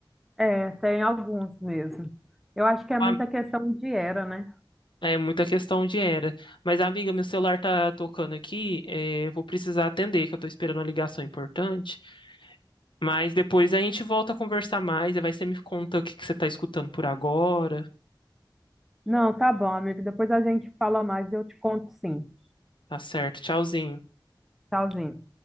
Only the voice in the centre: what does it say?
É, tem alguns mesmo. Eu acho que é
muita questão de era, né?
Não, tá bom, amigo. Depois a gente fala mais e eu te conto sim.
Tchauzinho.